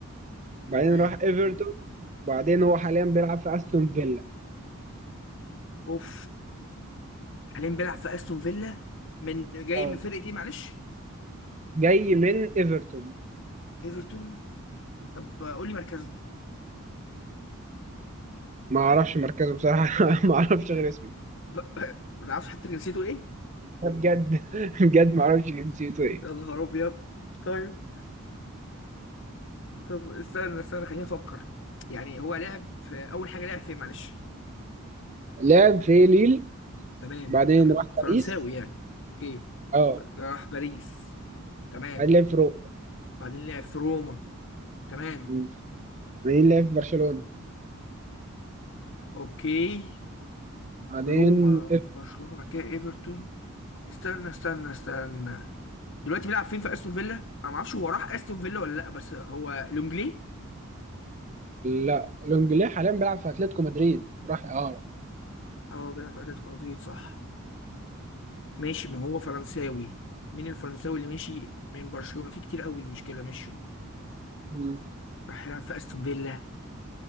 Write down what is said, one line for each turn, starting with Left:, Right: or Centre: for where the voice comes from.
Left: تمام
Right: بعدين راح ايفرتون بعدين هو حاليا بيلعب في استون فيلا
Left: اوف حاليا بيلعب في استون فيلا من جاي
Right: اه
Left: من فرقه ايه معلش
Right: جاي من ايفرتون
Left: ايفرتون طب قول لي مركزه
Right: ما اعرفش مركزه بصراحه <laughs> ما اعرفش غير اسمه
Left: ب- <laughs> ما تعرفش حتى جنسيته ايه
Right: بجد <laughs> بجد ما اعرفش جنسيته ايه
Left: يا نهار ابيض طيب طب استنى استنى خليني افكر يعني هو لعب في اول حاجه لعب فين معلش
Right: لعب في ليل
Left: تمام
Right: بعدين
Left: طيب
Right: راح
Left: فرنساوي
Right: باريس
Left: يعني اوكي
Right: اه
Left: راح باريس تمام
Right: بعدين لعب في روما
Left: بعدين لعب في روما تمام
Right: مم. بعدين لعب في برشلونة
Left: اوكي
Right: بعدين
Left: روما برشلونه بعد كده ايفرتون استنى استنى استنى دلوقتي بيلعب فين في استون فيلا انا ما اعرفش هو راح استون فيلا ولا لا بس هو لونجلي
Right: لا لونجلي حاليا بيلعب في اتلتيكو مدريد راح اعاره
Left: اه بيلعب في اتلتيكو مدريد صح ماشي ما هو فرنساوي مين الفرنساوي اللي ماشي من برشلونة في كتير قوي مشكلة مشوا
Right: مم.
Left: راح يلعب في استون فيلا